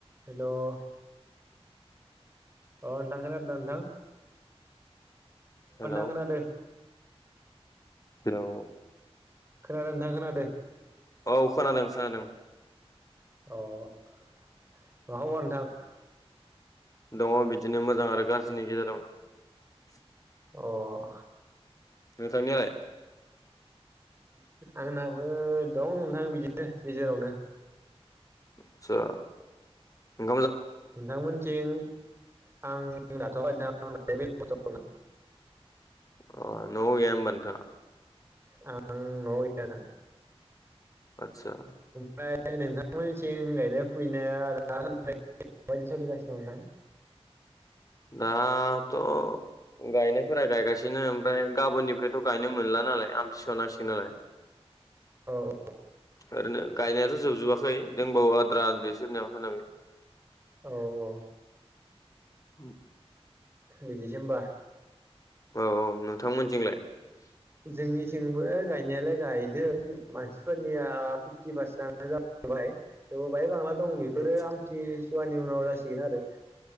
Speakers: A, on the right; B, on the left.
A: हेल' अह नोंथां खोनादोना नोंथां?
B: हेलौ
A: अ नोंथां
B: हेलौ
A: खोनादों नोंथां खोनादो।
B: औ खोनादों खोनादों।
A: अह मा खबर नोंथां?
B: दङ' बिदिनो मोजां आरो गाज्रिनि गेजेरावनो
A: अह।
B: नोंथांनियालाय?
A: आंनाबो दं नोंथां बिदिनो दे गेजेरावनो
B: आतसा उम
A: नोंथांमोनथिं आं लाथवाखै <unintelligible>
B: अह न'आव गैया होमबा नोंथाङा?
A: आं न'आव गैया दा
B: आतसा
A: ओमफ्राय नोंथांमोनथिं गायनाय फुनाया माबायदि सोलिगासिनो दं नोंथां?
B: दाथ' गायनायफोरा गायगासिनो ओमफ्राय गाबोननिफ्रायथ' गायनो मोनला नालाय आमथि सुवा नांसिगोन नालाय।
A: औ।
B: ओरैनो गायनायाथ' जोबजोबाखै दोंबावो आद्रा आद्रि सोरनियाबा सोरनियाबा।
A: औ औ।
B: <unintelligible>
A: बिदिसो होमबा?
B: औ औ नोंथांमोनजोंलाय?
A: जोंनिथिंबो गायनायालाय गायदों मानसिफोरनिया फिफ्टि पारसेन्टआनो जालांबाय थेवबो बाहाय बांला दं बेफोरो
B: आदसा
A: आमथि सुवानि उनाव जासिगोन आरो